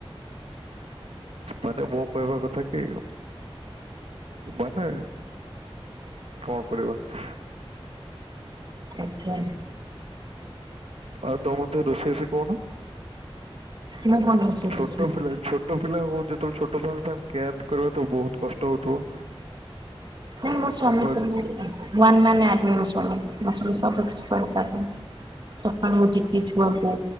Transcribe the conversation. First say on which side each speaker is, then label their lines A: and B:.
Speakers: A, on the right; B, on the right.
A: ମାନେ ମୋ କହିବା କଥା ଏଇଆ ଆଉ ମାନେ କଣ କରିବା।
B: ଆଜ୍ଞା।
A: ଆଉ ତମେ ମତେ ରୋଷେଇ ସିକଉନ
B: ମୁଁ କଣ ରୋଷେଇ
A: ଛୋଟ
B: ଶିଖିବି
A: ପିଲା ଛୋ ଛୋଟ ପିଲାଙ୍କୁ ଯେତେବେଳେ ଛୋଟ ଛୁଆଙ୍କୁ ତାଙ୍କୁ କେୟାର କରିବା ତ ବହୁତ କଷ୍ଟ ହଉଥିବ।
B: ନାଇ ମୋ ସ୍ୱାମୀ
A: ତାଙ୍କ
B: ସେମତୀ ୱାନ୍ ମ୍ୟାନ୍ ଆର୍ମି ମୋ ସ୍ୱାମୀ ସବୁ କିଛି କରିପାରିବେ। ସକାଳୁ ଉଠିକି ଛୁଆକୁ